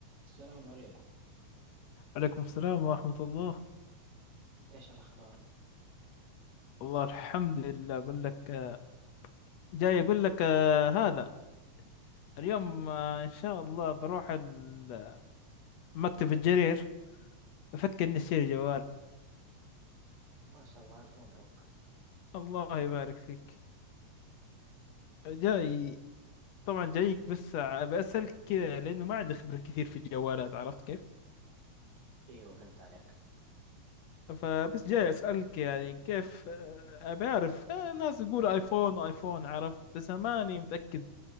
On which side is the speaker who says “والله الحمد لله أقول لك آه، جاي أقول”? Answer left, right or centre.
Left